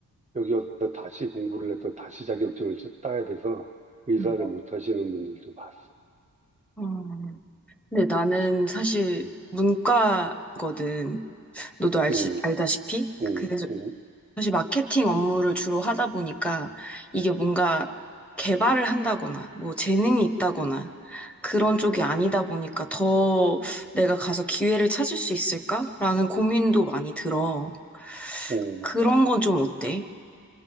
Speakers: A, on the right; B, in the centre.
A: 여기 와서 다시 공부를 해서 다시 자격증을 따야 돼서 의사를
B: 음.
A: 못 하시는 분들도 봤어.
B: 음, 근데 나는 사실 문과거든. 너도 알지,
A: 음,
B: 알다시피?
A: 음,
B: 그래서
A: 음,
B: 사실 마케팅 업무를 주로 하다 보니까 이게 뭔가 개발을 한다거나 뭐 재능이 있다거나 그런 쪽이 아니다 보니까 더 내가 가서 기회를 찾을 수 있을까라는 고민도 많이 들어.
A: 음.
B: 그런 건 좀 어때?